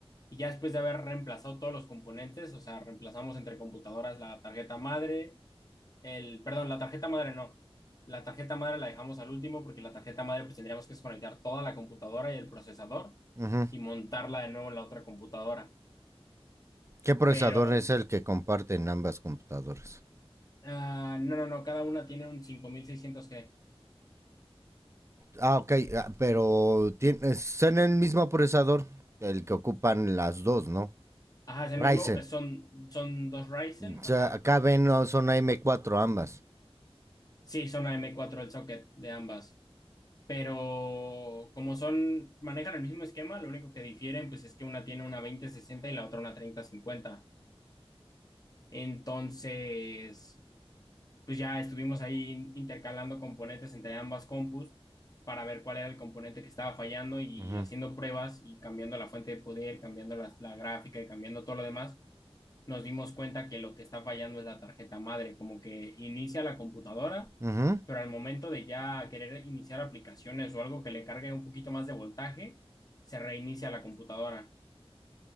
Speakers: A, on the left; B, on the right.
A: y ya después de haber reemplazado todos los componentes, o sea, reemplazamos entre computadoras la tarjeta madre, el, perdón, la tarjeta madre no. La tarjeta madre la dejamos al último porque la tarjeta madre pues tendríamos que desconectar toda la computadora y el procesador
B: Ujú.
A: y montarla de nuevo en la otra computadora.
B: ¿Qué procesador
A: Pero
B: es el que comparten ambas computadoras?
A: Ah, no, no, no, cada una tiene un cinco mil seiscientos g
B: Ah, ok, ah, pero tiene, son el mismo procesador, el que ocupan las dos, ¿no?
A: Ajá, es
B: Ryzen.
A: el mismo, eh, son, son dos Ryzen,
B: O
A: ajá.
B: sea, acá ven, no, son AM4 ambas.
A: Sí, son am cuatro el socket de ambas, pero como son, manejan el mismo esquema, lo único que difieren pues es que una tiene una veinte sesenta y la otra una treinta cincuenta Entonces, pues ya estuvimos ahí intercalando componentes entre ambas compus para ver cuál era el componente que estaba fallando y
B: Ujú.
A: haciendo pruebas y cambiando la fuente de poder, cambiando las- la gráfica y cambiando todo lo demás nos dimos cuenta que lo que está fallando es la tarjeta madre, como que inicia la computadora,
B: Ujú.
A: pero al momento de ya querer iniciar aplicaciones o algo que le cargue un poquito más de voltaje, se reinicia la computadora.